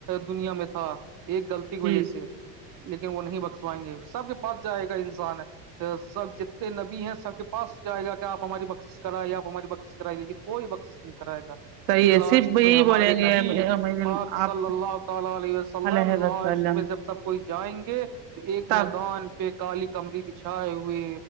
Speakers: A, on the right (about 40°); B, on the right (about 70°).
A: دنیا میں تھا ایک غلط کی وجہ
B: جی
A: سے لیکن وہ نہیں بخسوائیں گے سب کے پاس جائے گا انسان ہے سب جتنے نبی ہیں سب کے پاس جائے گا کہ آ ہماری بخش کرائی آپ ہماری بخشش کرائی لیکن کوئی بخشش نہیں کرائے گا
B: صحیح
A: پھر لاسٹ
B: ہے صرف یہی
A: میں ہمارے
B: بولیں گے
A: نبی پاک
B: آپ
A: ص اللہ تعالی علیہ وسلم
B: علیہ
A: لاسٹ
B: وسلم
A: میں جب سب کوئی جائیں گے تو ایک
B: تب
A: میدان پہ کال کمری بچھائے ہوئے